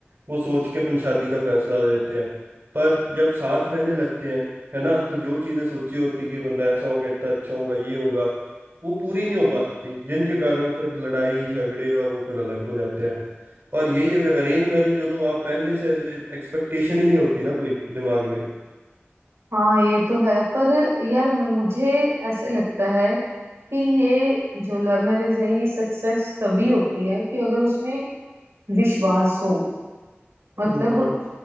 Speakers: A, on the right; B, on the right.
A: वो सोच के अपन शादी का फैसला लेते हैं पर जब साथ रहने लगते हैं है ना तो जो चीजें सोची होती कि ये बंदा ऐसा होगा इतना अच्छा होगा ये होगा वो पूरी नहीं हो पाती जिनके कारण फिर लड़ाई झगड़े और वो फिर अलग हो जाते हैं और यही अगर अरेंज मैरिज हो तो वहां पहले से ऐसे एक्सपेक्टेशन ही नहीं होती ना कोई दिमाग में
B: हाँ ये तो है पर यार मुझे ऐसे लगता है कि ये जो लव मैरिज है ये सक्सेस तभी होती है कि अगर उसमें विश्वास हो मतलब
A: हम्म हम्म